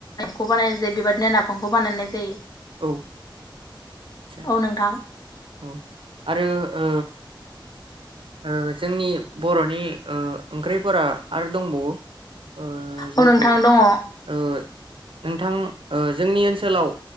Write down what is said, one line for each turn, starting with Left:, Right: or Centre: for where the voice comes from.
Left: खौ बानायनाय जायो बेबादिनो नाफामखौ बानायनाय जायो
Right: औ आदसा
Left: औ नोंथां
Right: औ आरो ओ ओ जोंनि बर'नि ओ ओंख्रिफोरा आरो दंबावो ओ जायखौ
Left: औ नोंथां दङ औ
Right: ओ नोंथां ओ जोंनि ओनसोलाव